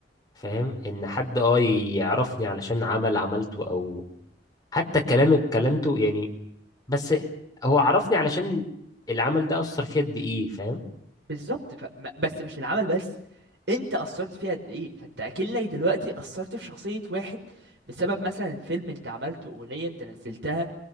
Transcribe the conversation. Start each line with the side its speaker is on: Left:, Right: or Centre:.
Left: فاهم ان حد اه يعرفني علشان عمل عملته او حتى كلام اتكلمته يعني بس هو عرفني علشان العمل ده اثر فيا قد ايه فاهم
Right: بالظبط ف... م- بس مش العمل بس انت اثرت فيها قد ايه فانت اكنك دلوقتي اثرت في شخصيه واحد بسبب مثلا فيلم انت عملته اغنيه انت نزلتها